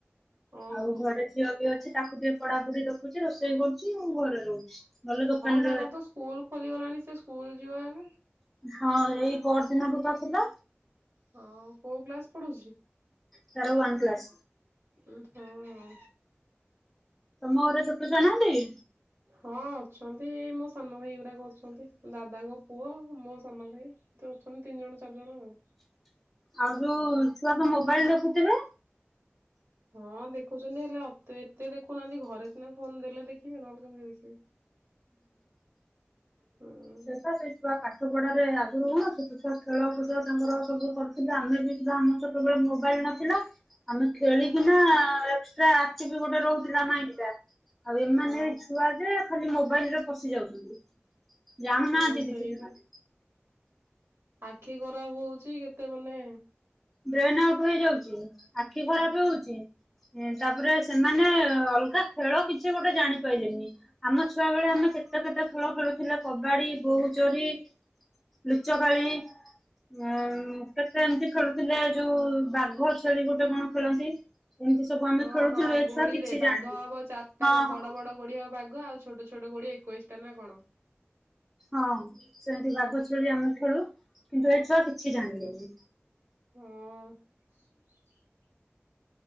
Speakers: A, on the right (about 75°); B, in the centre.
A: ଓହୋ
B: ଆଉ ଘରେ ଝିଅ ବି ଅଛି। ତାଙ୍କୁ ଟିକେ ପଢା ପଡିି ଦେଖୁଚି, ରୋଷେଇ କରୁଛି, ଆଉ ଘରେ ରହୁଛି। ଭଲ ଦୋକାନ
A: ଅଙ୍କର ତ ସ୍କୁଲ ଖୋଲିଗଲାଣି ସେ ସ୍କୁଲ ଯିବ ଏବେ
B: ହଁ ଏଇ ପରଦିନ ଠୁ ବା ଥିଲା।
A: ହୋଉ କୋଉ କ୍ଲାସ ପଢୁଛି?
B: ତାର ୱାନ କ୍ଲାସ।
A: ଉ ହୁଁ
B: ମୋର ଛୋଟ ଛୁଆ ନାହାନ୍ତି।
A: ହଁ ଅଛନ୍ତି, ଏ ମୋ ସାନ ଭାଇ ଗୁଡାକ ଅଛନ୍ତି। ଦାଦାଙ୍କ ପୁଅ ମୋ ସାନ ଭାଇ ଏମିତି ଅଛନ୍ତି ତିନି ଜଣ ଚାରି ଜଣ ଆଉ।
B: ଆଉ ଯୋଉ ଛୁଆ ତ ମୋବାଇଲ ରଖୁଥିବେ।
A: ହଁ ଦେଖୁଛନ୍ତି ହେଲେତେ ଏତେ ଦେଖୁନାହାନ୍ତି ଘରେ ସିନା ଫୋନ ଦେଲେ ଦେଖିବି ନହେଲେ କେମିତି ଦେଖିବେ? ହୁଁ
B: ସେଇଟା ସେଇ ଛୁଆ ପାଠ ପଢାରେ ଆଗରୁ ନା ଛୁଆ ଖେଳ କୁଦ ତାଙ୍କର ସବୁ କରିୁଥିଲେ ଆମେ ବି ହେଲେ ଆମ ଛୋଟବେଳେ ମୋବାଇଲ ନ ଆମେ ଖେଳିକିନା ଏକ୍ସଟ୍ରା ଆଖି ବି ଗୋଟେ ରହୁଥିଲା ନାଇଁକିଟା ଆଉ ଏମାନେ
A: ହଁ
B: ଛୁଆ ଯେ ଖାଲି ମୋବାଇଲରେ ପଶି ଯାଉଛନ୍ତି। ଜାଣୁ
A: ହଁ
B: ନାହାନ୍ତି
A: ସେଇବା
B: କିଛି ସେମାନେ
A: ଆଖି ଖରାପ ହଉଚି କେତେ ମାନେ??
B: ବ୍ରେନ ଆଉଟ୍ ହେଇଯାଉଛି। ଆଖି ଖରାପ
A: ହଁ।
B: ହଉଚି। ତାପରେ ସେମାନେ ଅଲଗା ଖେଳ କିଛି ଗୋଟେ ଜାଣିପାଇଲେନି ଆମ ଛୁଆ ବେଳେ ଆମେ କେତେ କେତେ ଖେଳ ଖେଳୁଥିଲେ କବାଡି, ବୋହୁ ଚୋରି, ଲୁଚ କାଳି। ଆଉ କେତ ଏମ୍ ଥିଲେ ଯୋଉ ବାଘ ଛେଳି ଗୋଟେ କଣ ଖେଳନ୍ତି। ଏମିତି ସବୁ ଆମେ
A: ହଁ
B: ଖେଳୁଥିଲୁ
A: ହଁ
B: ଏ
A: ଗୋଡି
B: ଛୁଆ କିଛି
A: ରେ ବାଘ
B: ଜାଣିବେନି
A: ହବ ଚାରିଟା
B: ହଁ ହଁ।
A: ବଡ ବଡ ଗୋଡି ହବ ବାଘ ଆଉ ଛୋଟ ଛୋଟ ଛୋଟ କୋଡି ଏକୋଇଶି ଟା ନା କଣ?
B: ହଁ ସେମିତି, ବାଘ ଛେଳି ଆମେ ଖେଳୁ କିନ୍ତୁ ଏ ଛୁଆ କିଛି ଜାଣିଲେନି।
A: ହୁଁ